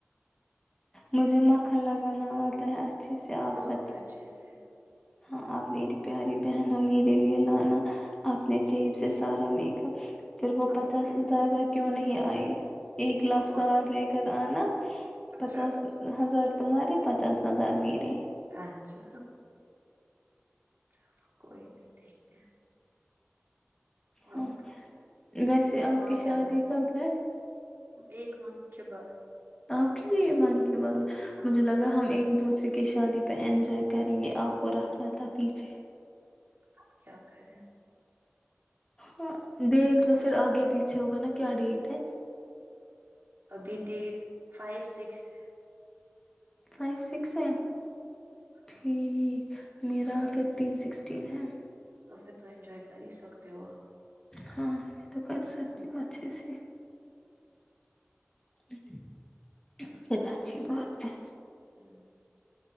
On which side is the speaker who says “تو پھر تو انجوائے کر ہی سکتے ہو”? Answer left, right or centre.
Right